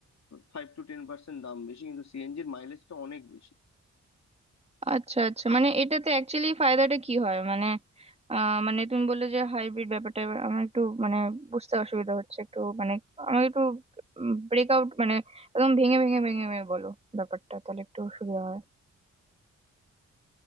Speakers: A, on the left; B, on the right.
A: ফাইভ টু টেন পার্সেন্ট দাম বেশি কিন্তু সিএনজির মাইলেজটা অনেক বেশি
B: আচ্ছা আচ্ছা মানে এটাতে অ্যাকচুয়ালি ফায়দাটা কি হয় মানে আহ মানে তুমি বললে যে হাইব্রিড ব্যাপারটা এবার আমার একটু মানে বুঝতে অসুবিধা হচ্ছে একটু মানে আমাকে একটু ব্রেকআউট মানে একদম ভেঙে ভেঙে ভেঙে ভেঙে বলো ব্যাপারটা তাহলে একটু সুবিধা হয়